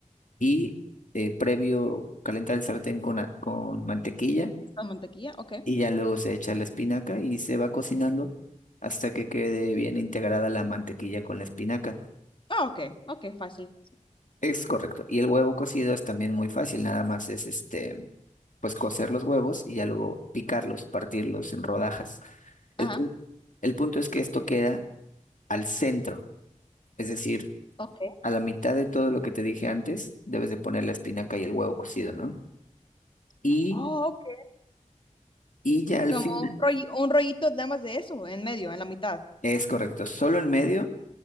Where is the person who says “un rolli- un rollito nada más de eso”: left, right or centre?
Left